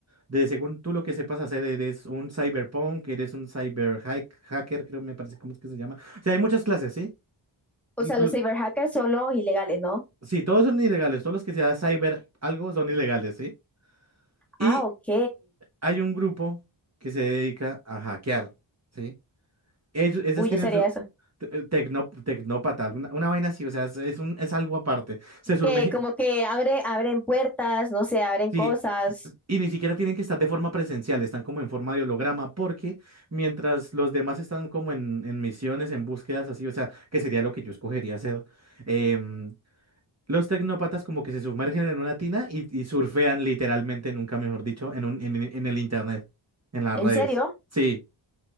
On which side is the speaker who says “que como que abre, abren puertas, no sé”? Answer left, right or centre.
Centre